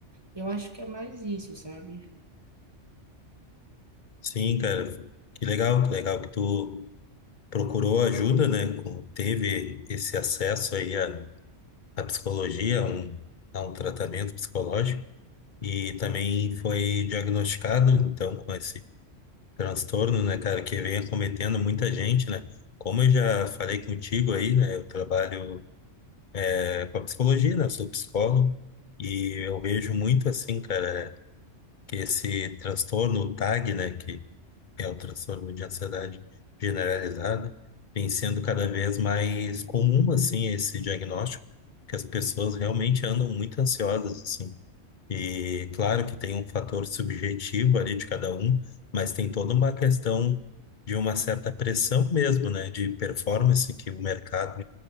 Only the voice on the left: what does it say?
Sim, cara, que legal, que legal que tu procurou ajuda, né? com- Teve esse acesso aí à, à psicologia, a um, a um tratamento psicológico e também foi diagnosticado, então, com esse transtorno, né, cara, que vem acometendo muita gente, né? Como eu já falei contigo aí, né? Eu trabalho é, com a psicologia, né? Eu sou psicólogo e eu vejo muito assim, cara, que esse transtorno, o TAG, né? que é o transtorno de ansiedade generalizada, vem sendo cada vez mais comum, assim, esse diagnóstico, que as pessoas realmente andam muito ansiosas, assim. E claro que tem um fator subjetivo ali de cada um, mas tem toda uma questão de uma certa pressão mesmo, né, de performance que o mercado